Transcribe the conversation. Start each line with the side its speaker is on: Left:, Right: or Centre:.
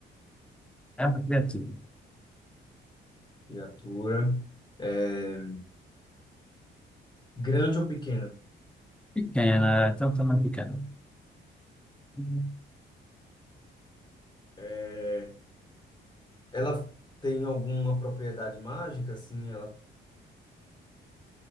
Centre: É uma criatura.
Left: Criatura. É, grande ou pequena?
Centre: Pequena, é, até o tamanho pequeno. Não,
Left: É, ela tem alguma propriedade mágica, assim? Ela,